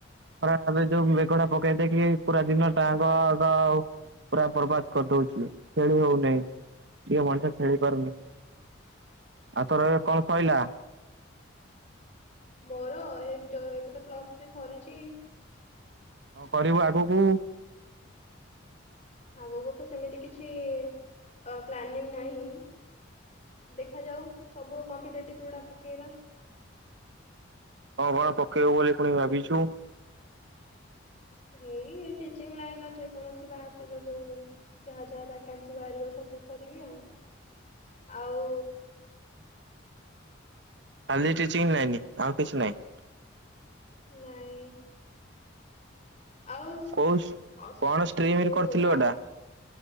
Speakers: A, on the right (about 60°); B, on the left (about 35°).
A: ଖରା ପରେ ଯୋଉ ମେଘୁଡା ପକେଇ ଦେଇକି ପୁରା ଦିନ ଟାଙ୍କ ତ ପୁରା ବରବାଦ କରିଦଉଛି। ଖେଳି ହଉନାହିଁ ଟିକେ ମଣିଷ ଖେଳି ପାରୁନି। ଆଉ ତୋର ଏ କଣ ସଇଲା?
B: ମୋର ଏ ଯ ଏବେ ତ ପ୍ଲସ ଥ୍ରୀ ସରିଛି।
A: କ କରିବୁ ଆଗକୁ?
B: ଆଗକୁ ତ ସେମିତି କିଛି ଅ ପ୍ଲାନିଂ ନାହିଁ। ଦେଖାଯାଉ, ସବୁ କମ୍ପିଟେଟିଭ ଗୁଡା ପକେଇବା।
A: ହଁ କଣ ପକେଇବୁ ବୋଲି ଭାବିଛୁ? ହ <inaudible>
B: ଏଇ ଟିଚିଂ ଲାଇନ ର ଯେକୌଣସି ବା ଆସିବ ଯୋଉ, ଯାହା ଯାହା ଭ୍ୟାକାନ୍ସି ବାହାରିବ ସବୁ। କରିବି ଆଉ ଆଉ
A: <inaudible> ଖାଲି ଟିଚିଂ ଲାଇନି ଆଉ କିଛି ନାହିଁ।
B: ନାଇଁ। ଆଉସ୍
A: କୋଉ
B: ଅଷ୍ଟ
A: କଣ ଷ୍ଟ୍ରିମରେ
B: ଅସ୍ ଯୋଉ
A: କରିଥିଲୁ
B: ତମ
A: ଏଟା